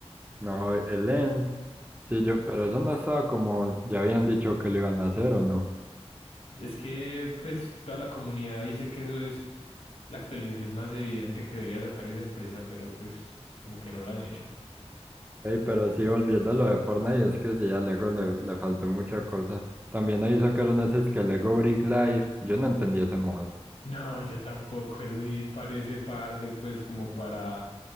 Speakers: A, on the right; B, on the left.
A: no, el End, sí, yo, pero eso no estaba como ya habían dicho que lo iban a hacer o no.
B: Es que pues toda la comunidad dice que eso es la actualización más evidente que debería sacar esa empresa, pero pues como que no lo han hecho.
A: Ey, pero sí, volviendo a lo de Fortnite, es que sí, a Lego le, le faltó mucha cosa. También ahí sacaron ese es que Lego Brick Life, yo no entendí ese modo.
B: No, yo tampoco, eso sí parece parse pues como para,